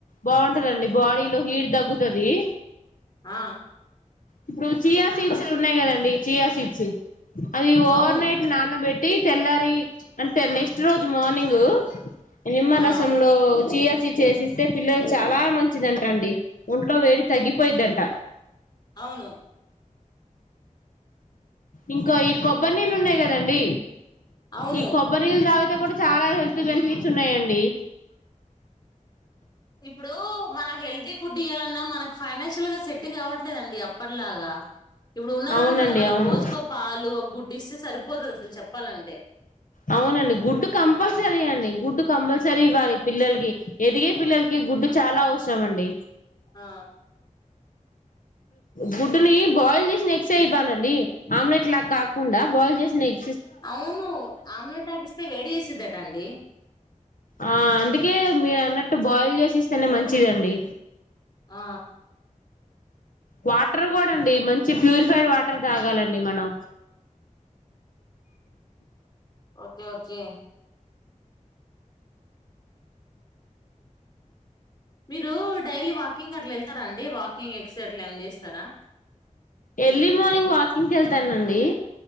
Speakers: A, on the left; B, on the left.
A: బాగుంటదండి. బాడీలో హీట్ తగ్గుతది.
B: ఆ
A: ఇప్పుడు చీయా సీడ్స్ ఉన్నాయి కదండి. Chia seeds. అది ఓవర్
B: అవును
A: నైట్ నాన పెట్టి తెల్లారి అంటే నెక్స్ట్ రోజు మార్నింగు నిమ్మరసంలో
B: ఆ
A: చీ చేసిస్తే పిల్లలు చాలా మంచిదంట అండి. ఒంట్లో వేడి తగ్గిపోయిద్దంట.
B: అవును
A: ఇంకా ఈ కొబ్బరి నీళ్లు ఉన్నాయి కదండి.
B: అవును
A: ఈ కొబ్బరి నీల్ తాగితే కూడా చాలా హెల్త్ బెనిపి స్ ఉన్నాయండి
B: ఇప్పుడు మన హెల్దీ ఫుడ్ ఇవ్వాలన్నా, మనకి ఫైనాన్షియల్ గా సెట్ కావట్లేదండి అప్పటిలాగా. ఇప్పుడు ఉన్న దాంట్లోనే
A: అవునండి
B: వాళ్ళకి
A: అవును
B: రోజుకో పాలు, ఒక గుడ్డు, ఇస్తే సరిపోతుంది అసలు చెప్పాలంటే.
A: అవునండి గుడ్డు కంపల్సరీ అండి. గుడ్డు కంపల్సరీ ఇవ్వాలి. పిల్లలకి ఎదిగే పిల్లలకి గుడ్డు చాలా అవసరం అండి.
B: ఆ
A: గుడ్డుని బాయిల్ చేసి నెక్సటే ఇవ్వాలండి. ఆమ్లెట్ లాగా కాకుండా బాయిల్ చేసి నెక్స్
B: అవును ఆమ్లెట్ నగి ఇస్తే వేడి చేసిద్దట అండి
A: ఆ అందుకే మీరు అన్నట్టు బాయిల్ చేసిస్తేనే మంచిదండి.
B: ఆ
A: వాటర్ కూడా అండి, మంచి ప్యూరిఫైడ్ వాటర్ తాగాలండి మనం.
B: ఓకే ఓకే మీరు డైలీ వాకింగ్ అట్లా వెళ్తారా అండి. వాకింగ్ ఎక్స్ అట్లా ఏమం చేస్తారా,
A: ఎర్లీ మార్నింగ్ వాకింగ్ కి వెళ్తానండి.